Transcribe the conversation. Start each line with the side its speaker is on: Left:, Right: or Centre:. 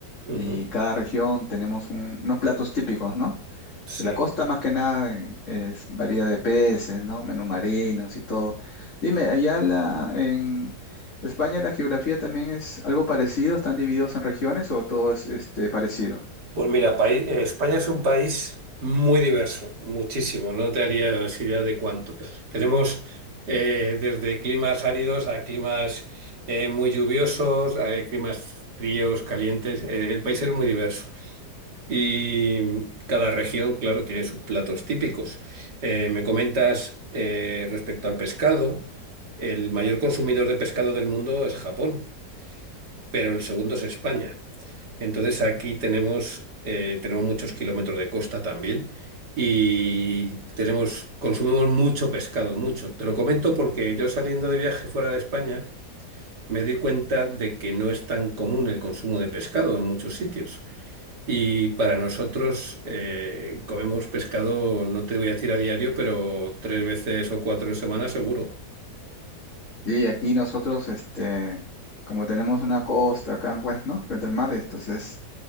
Right: Ujú,
Left: Y cada región tenemos un- unos platos típicos, ¿no?
Right: sí.
Left: De la costa más que nada en- es varía de peces, ¿no? Menú marinos y todo. Dime, allá la, en España la geografía también es algo parecido, ¿están divididos en regiones o todo es este, parecido?
Right: Pues mira, paí- eh, España es un país muy diverso, muchísimo. No te harías idea de cuánto. Tenemos eh, desde climas áridos a climas eh, muy lluviosos, a climas fríos, calientes. Eh, el país es muy diverso. Y mm, cada región, claro, tiene sus platos típicos. Eh, me comentas eh, respecto al pescado, el mayor consumidor de pescado del mundo es Japón, pero el segundo es España. Entonces aquí tenemos, eh, tenemos muchos kilómetros de costa también y tenemos, consumimos mucho pescado, mucho. Te lo comento porque yo saliendo de viaje fuera de España me di cuenta de que no es tan común el consumo de pescado en muchos sitios. Y para nosotros eh, comemos pescado, no te voy a decir a diario, pero tres veces o cuatro en semana seguro.
Left: Y aquí nosotros, este, como tenemos una costa acá, pues, ¿no? Frente al mar, entonces